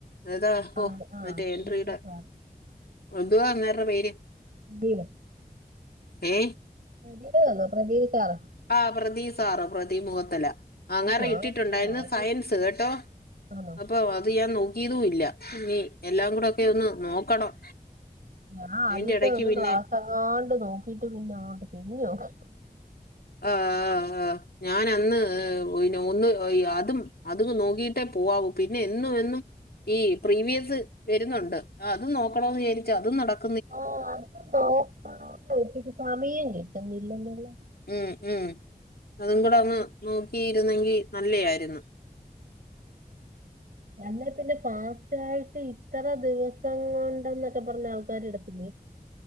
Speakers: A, on the left; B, on the right.
A: അതാ ഹൊ
B: ആഹ് ആഹ്
A: മറ്റേ എൻട്രിയുടെ,
B: പ്രതീല്
A: എന്തുവാ അങ്ങേരുടെ പേര്‌?
B: <unintelligible>
A: ഏ
B: പ്രദീപ് വന്നോ പ്രതീപ് സാർ
A: ആ പ്രതീപ് സാറ് പ്രതി മുഖത്തിലെ അങ്ങേര്
B: ഞാൻ
A: ഇട്ടിട്ടുണ്ടായിര്ന്ന്
B: ആദ്യ
A: സയൻസ് കേട്ടോ.
B: ആണോ
A: അപ്പൊ അത് ഞാൻ നോക് യതും ഇല്ല. ഇനി എല്ലാം കൂടെ ഒക്കെ ഒന്ന് നോക്കണം.
B: ഞാൻ ആദ്യത്തെ
A: അതിന്റെ ഇടയ്ക്ക്
B: ഒരു
A: പിന്നെ
B: ക്ലാസെ- ങ്ങാണ്ട് നോക്കീട്ട് പിന്നെ അങ്ങോട്ട് തിരിഞ്ഞു നോക്കിട്ടി
A: <inaudible> ആ ആ ആ ഞാൻ അന്ന് ഒന്ന് അതും അതും നോക്കിട്ടേ പോ പോവാവു പിന്നെ എന്നും എന്നും ഈ പ്രീവിയസ് വരുന്നുണ്ട്. അതും നോക്കണോന്ന് വിചാരിച്ച് അതും നടക്ക
B: ആ അത് നോക്കണോന്ന് വച്ചിട്ട് സമയം കിട്ടുന്നില്ലെന്നുള്ള
A: ഉം ഉം അതും കൂടെ ഒന്ന് നോക്കിയിരുന്നെങ്കി നല്ലെയായിരുന്ന്. <inaudible>
B: അല്ലെ പിന്നെ ഫാസ്റ്റായിട്ട് ഇത്ര ദിവസം കൊണ്ടെന്നൊക്കെ പറഞ്ഞ് ആൾക്കാരിടത്തില്ലേ.